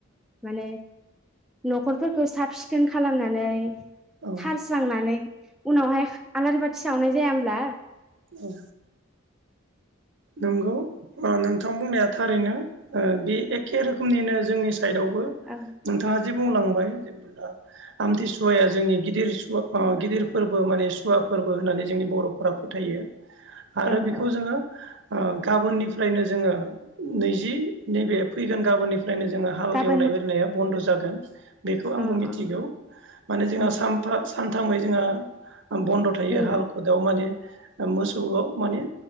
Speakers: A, in the centre; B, on the right.
A: माने न'खरफोरखौ साब सिखोन खालामनानै
B: औ
A: थारस्रांनानै उनावहाय खा आलारि बाथि सावनाय जाया होमब्ला?
B: औ नंगौ ओ नोंथां बुंनाया थारैनो ओ बे एखे रोखोमनिनो जोंनि साइदआवबो
A: औ
B: नोंथाङा जि बुंलांबाय ओ आमथिसुवाया जोंनि गिदिर सुवा ओ गिदिर फोरबो माने सुवा फोरबो होननानै जोंनि बर'फोरा फोथायो। आरो
A: औ
B: बेखौ
A: औ
B: जोङो ओ गाबोननिफ्रायनो जोङो नैजि नैबे फैगोन गाबोननि फ्रायनो जोङो हाल
A: गाबोन
B: एवनाय होरिनाया बन्द' जागोन। बेखौ आंबो
A: अ
B: मिथिगौ
A: अ
B: माने जोंहा
A: ओं
B: सानफ्रा सान थांबाय जोंहा बन्द' थायो
A: उम
B: हाल खदाल माने मोसौआव माने